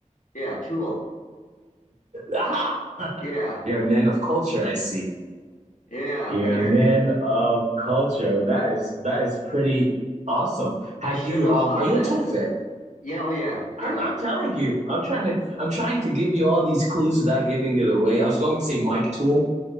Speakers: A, on the left; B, on the right.
A: Yeah, Tool.
B: Aha!
A: Yeah.
B: You're a man of culture, I see.
A: Yeah,
B: You're
A: Maynard.
B: a man of culture. That is that is pretty awesome.
A: I
B: Have
A: should
B: you
A: have
B: um
A: thought
B: are you
A: of that.
B: a Tool fan?
A: Yeah, oh yeah, yeah.
B: I'm I'm telling you. I'm trying to I'm trying to give you all these clues without giving it away. I was going to say Mike Tool,